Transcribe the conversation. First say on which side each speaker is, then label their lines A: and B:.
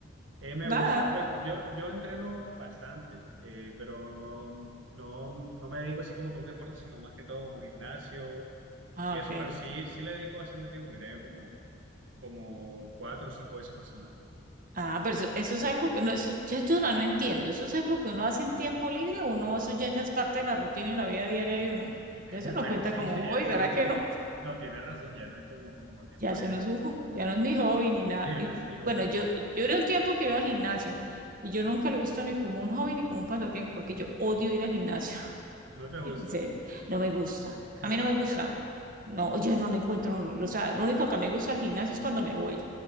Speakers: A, on the right (about 75°); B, on the right (about 45°).
A: Eh, me
B: Nada.
A: gusta, pues yo, yo entreno bastante, eh, pero no, no, no me dedico así como que a un deporte, sino más que todo como gimnasio
B: Ah,
A: y
B: ok.
A: eso, pero sí, sí le dedico bastante tiempo, diría yo como, como cuatro o cinco veces por semana.
B: Ah, pero eso, eso es algo que no, eso, yo esto no, no entiendo. ¿Eso es algo que uno hace en tiempo libre o uno, eso ya, ya es parte de la rutina y la vida diaria de uno?
A: <laughs>
B: Ya eso no
A: Bueno,
B: cuenta
A: sí,
B: como
A: ya
B: hobby,
A: se
B: ¿verdad
A: vuelve.
B: que no?
A: No, tienes razón, ya no es como, como tiempo
B: Ya eso
A: libre.
B: no es un,
A: <laughs>
B: jo- ya no es ni hobby ni nada.
A: Ya
B: Y
A: no es ni hobby.
B: bueno, yo, yo era un tiempo que iba al gimnasio y yo nunca lo he visto ni como un hobby ni como un pasatiempo porque yo odio ir al gimnasio. <laughs>
A: No te
B: En
A: gusta,
B: serio, no me gusta.
A: <laughs>
B: A mí
A: pero
B: no me
A: ¿por
B: gusta.
A: qué no?
B: No, yo no lo encuentro. O sea, lo único que a mí me gusta al gimnasio es cuando me voy.